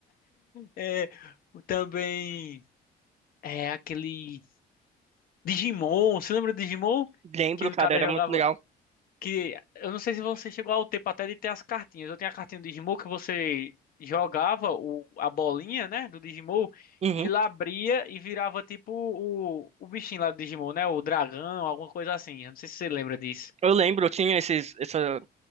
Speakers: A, on the left; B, on the right.
A: É, o- também, é, aquele Digimon. Você lembra do Digimon?
B: Lembro,
A: Que o
B: cara,
A: cara
B: era
A: jogava,
B: muito legal.
A: que eu não sei se você chegou ao tempo até de ter as cartinhas. Eu tenho a cartinha do Digimon que você jogava o, a bolinha, né, do Digimon
B: Uhum.
A: e ele abria e virava tipo o, o bichinho lá do Digimon, né, o dragão, alguma coisa assim. Eu não sei se você lembra disso.
B: Eu lembro, eu tinha esses, essa,